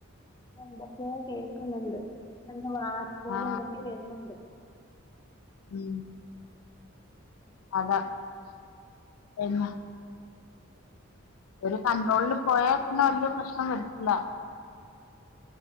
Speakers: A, on the left; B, on the left.
A: എന്തൊക്കേ കേക്കുന്ന്ണ്ട് വാർതേല്
B: ആഹ്
A: എന്തൊക്കെ വരുന്നുണ്ട്.
B: ഉം. അത പിന്ന. ഒരു കൺട്രോൾല് പോയാ പിന്നെ വല്യെ പ്രശ്നം വരില്ല.